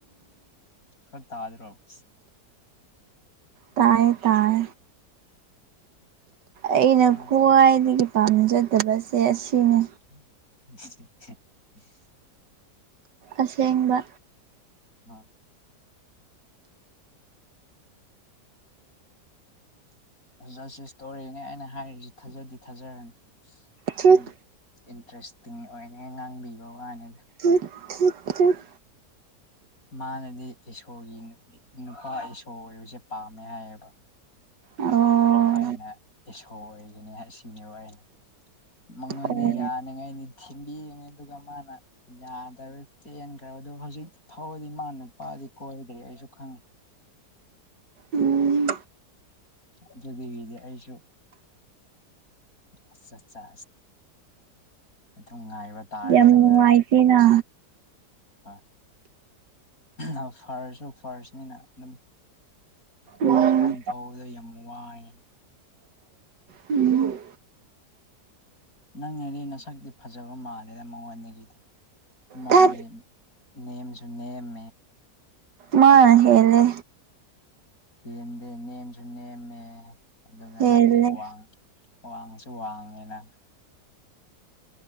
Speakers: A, on the left; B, on the right.
A: ꯈꯔ ꯇꯥꯗ꯭ꯔꯣꯕ
B: ꯇꯥꯏꯌꯦ ꯇꯥꯏ ꯑꯩꯅ
A: ꯅꯪ
B: ꯈ꯭ꯋꯥꯏꯗꯒꯤ ꯄꯥꯝꯖꯗꯕꯁꯦ ꯑꯁꯤꯅꯤ
A: <unintelligible>
B: ꯑꯁꯦꯡꯕ
A: ꯑ ꯖ ꯁꯤ ꯏꯁꯇꯣꯔꯤꯅꯦ ꯑꯩꯅ ꯍꯥꯏꯔꯤꯁꯤ ꯊꯥꯖꯗꯤ ꯊꯥꯖꯔꯅꯤ
B: ꯊꯨꯠ
A: ꯎꯝ ꯏꯟꯇꯔꯦꯁꯇꯤꯡ ꯑꯣꯏꯅ ꯉꯥꯡꯕꯤꯕ ꯋꯥꯅꯤꯗ
B: ꯊꯨꯠ ꯊꯨꯠ ꯊꯨꯠ
A: ꯃꯥꯅꯗꯤ ꯏꯁꯣꯔꯒꯤ ꯅꯨꯄꯥ ꯏꯁꯣꯔ ꯑꯣꯏꯕꯁꯦ ꯄꯥꯝꯃꯦ ꯍꯥꯏꯌꯦꯕ
B: ꯑꯣ
A: ꯑꯗꯣ ꯑꯩꯅ ꯏꯁꯁꯣ ꯑꯣꯏꯒꯅꯤ ꯑꯁꯤꯅꯦꯕ ꯑꯩꯅ ꯃꯉꯣꯟꯟꯅ
B: ꯑꯣ
A: ꯌꯥꯅꯉꯥꯏ ꯅꯤꯡꯗ ꯄꯤꯉ ꯑꯗꯨꯒ ꯀ ꯃꯥꯅ ꯌꯥꯗꯕꯛꯇ ꯑꯗꯣ ꯍꯧꯖꯤꯛ ꯐꯥꯎꯔꯗꯤ ꯃꯥ ꯅꯨꯄꯥꯗꯤ ꯀꯣꯏꯗ꯭ꯔꯤ ꯑꯩꯁꯨ ꯈꯪꯉꯤ
B: ꯎꯝ
A: ꯑꯗꯨꯗꯤꯕꯤꯗꯤ ꯑꯩꯁꯨ ꯑ ꯑꯠ ꯑꯁ ꯑꯗꯨꯝ ꯉꯥꯏꯕ ꯇꯥꯦꯅ
B: ꯌꯥꯝ ꯅꯨꯡꯉꯥꯏꯇꯦꯅ
A: ꯉ ꯍ ꯑ ꯐꯔꯁꯨꯁꯨ ꯐꯔꯁꯅꯤꯅ ꯑꯗꯨꯝ
B: ꯎꯝ
A: ꯃꯨꯣꯏ ꯐꯣꯟ ꯇꯧꯕꯗ ꯌꯥꯝ ꯋꯥꯏ
B: ꯎꯝ
A: ꯅꯪꯅꯦꯗꯤ ꯅꯁꯛꯇꯤ ꯐꯖꯕ ꯃꯥꯜꯂꯦꯗ ꯃꯉꯣꯟꯗꯒꯤꯗꯤ ꯃꯥꯗꯦ
B: ꯊꯠ
A: ꯅꯦꯝꯁꯨ ꯅꯝ
B: ꯃꯥ ꯍꯦꯂꯦ
A: ꯍꯦꯟꯗꯦ ꯅꯦꯝꯁꯨ ꯅꯦꯝꯃꯦ ꯑꯗꯨꯒ
B: ꯍꯦꯜꯂꯦ
A: ꯅꯪꯗꯤ ꯋꯥꯡꯉ ꯋꯥꯡꯁꯨ ꯋꯥꯡꯉꯦꯅ